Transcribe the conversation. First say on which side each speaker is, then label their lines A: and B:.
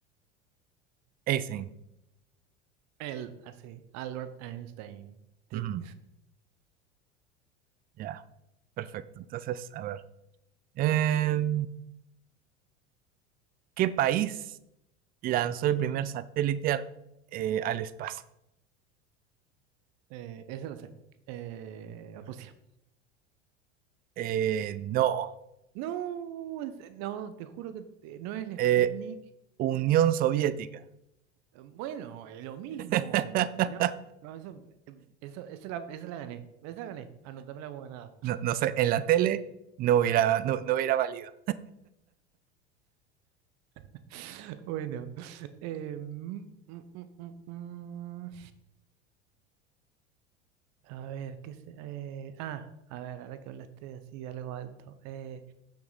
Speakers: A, on the right; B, on the right.
A: Eisen.
B: Él, así, Albert Einstein, sí,
A: Ujú, Ya, perfecto. Entonces, a ver. en ¿qué país lanzó el primer satélite ar- eh, al espacio?
B: eh, ese lo sé, eh, Rusia.
A: Eh, no.
B: No, en se- no, te juro que te- no es el
A: Eh,
B: Sputnik,
A: Unión Soviética.
B: Bueno, eh, lo mismo.
A: <laughs>
B: No, no, eso, eh, eso, esa la, esa la gané. Esa la gané. Anotámela como ganada.
A: No, no sé, en la tele no hubiera, no, no hubiera valido.
B: <laughs> Bueno. eh, mm, mm, mm, mm, mm. A ver, ¿qué se, eh, ah, a ver, ahora que hablaste así de algo alto. eh,